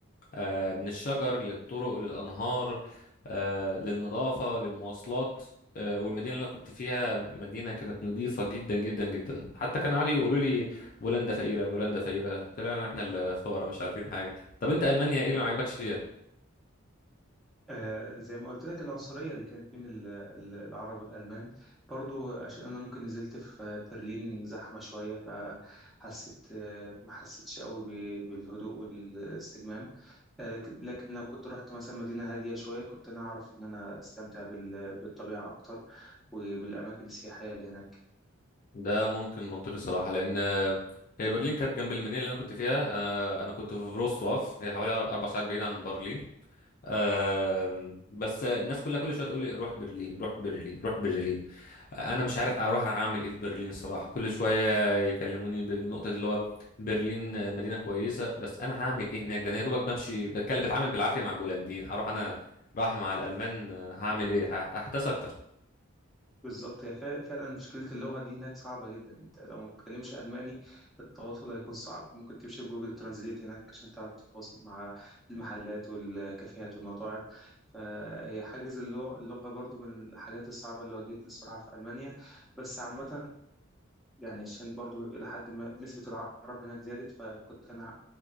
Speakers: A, on the left; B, in the centre.
A: آه، من الشجر للطرق للأنهار آه، للنظافة للمواصلات آه، والمدينة اللي أنا كنت فيها مدينة كانت نظيفة جدا جدا جدا حتى كان عادي يقولوا لي بولندا فقيرة بولندا فقيرة طلعنا إحنا اللي فقراء مش عارفين حاجة طب أنت ألمانيا إيه اللي ما عجبكش فيها؟
B: آه زي ما قلت لك العنصرية اللي كانت بين ال- ال- العرب والألمان برضو عشان أنا ممكن نزلت في برلين زحمة شوية فحسيت آه ما حسيتش قوي ب- بالهدوء والاستجمام لكن لكن لو كنت رحت مثلا مدينة هادية شوية كنت أنا أعرف إن أنا أستمتع بال- بالطبيعة أكتر وبالأماكن السياحية اللي هناك
A: ده ممكن منطقي صراحة لأن هي برلين كانت جنب المدينة اللي أنا كنت فيها آه، أنا كنت في فروستواف هي حوالي أر- أربع ساعات بعيد عن برلين آم، بس الناس كلها كل شوية تقول لي روح برلين روح برلين روح برلين أنا مش عارف أروح أعمل إيه في برلين صراحة كل شوية يكلموني بالنقطة اللي هو برلين مدينة كويسة بس أنا هعمل إيه هناك ده أنا يا دوبك بمشي بتكلم بتعامل بالعافية مع البولنديين هروح أنا راح مع الألمان آه، هعمل إيه ه- هحتاس أكتر
B: بالظبط هي فا- فعلا مشكلة اللغة دي هناك صعبة جدا أنت لو ما بتتكلمش ألماني التواصل هيكون صعب ممكن تمشي بجوجل ترانزليت هناك عشان تعرف تتواصل مع المحلات والكافيهات والمطاعم فهي حاجز اللغ- اللغة برضو من الحاجات الصعبة اللي واجهتني الصراحة في ألمانيا بس عامة يعني عشان برضو إلى حد ما نسبة العرب هناك زادت فكنت أنا